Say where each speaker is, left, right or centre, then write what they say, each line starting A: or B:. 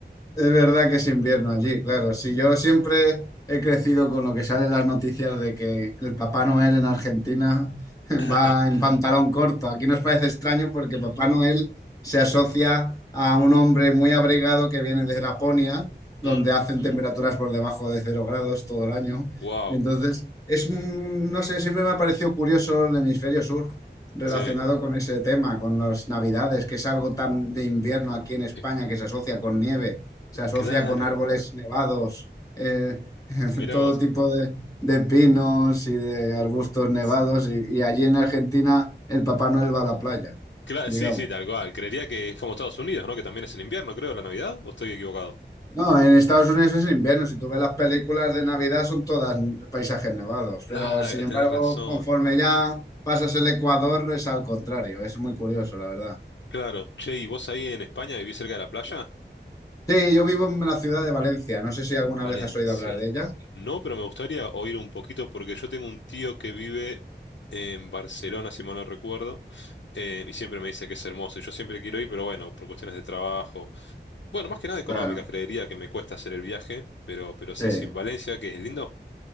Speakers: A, on the left; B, on the left.
A: Es verdad que es invierno allí, claro. Si yo siempre he crecido con lo que sale en las noticias de que el Papá Noel en Argentina <laughs>
B: <laughs>
A: va en pantalón corto. Aquí nos parece extraño porque Papá Noel se asocia a un hombre muy abrigado que viene de Laponia, donde
B: Mm,
A: hacen temperaturas por debajo de cero grados todo el año.
B: wow,
A: Entonces, es un, no sé, siempre me ha parecido curioso el hemisferio sur relacionado
B: sí,
A: con ese tema, con las navidades, que es algo tan de invierno aquí en España
B: Eh,
A: que se asocia con nieve se asocia
B: claro.
A: con árboles nevados, eh, <laughs>
B: Mirá
A: todo
B: vos.
A: tipo de, de pinos y de arbustos nevados,
B: Sí.
A: y, y allí en Argentina el Papá Noel va a la playa,
B: Claro,
A: digamos.
B: sí, sí, tal cual. Creería que es como Estados Unidos, ¿no? Que también es en invierno, creo, la Navidad, ¿o estoy equivocado?
A: No, en Estados Unidos es invierno, si tú ves las películas de Navidad son todas paisajes nevados,
B: Claro,
A: pero sin
B: tenés
A: embargo,
B: razón.
A: conforme ya pasas el Ecuador es al contrario, es muy curioso, la verdad.
B: Claro. Che, ¿y vos ahí en España vivís cerca de la playa?
A: Sí, yo vivo en la ciudad de Valencia, no sé si alguna
B: Valencia.
A: vez has oído hablar de ella.
B: No, pero me gustaría oír un poquito porque yo tengo un tío que vive en Barcelona, si mal no recuerdo, eh, y siempre me dice que es hermoso. Y yo siempre quiero ir, pero bueno, por cuestiones de trabajo. Bueno, más que nada económicas,
A: Claro,
B: creería que me cuesta hacer el viaje, pero, pero
A: sí.
B: sí, sí. Valencia, que es lindo.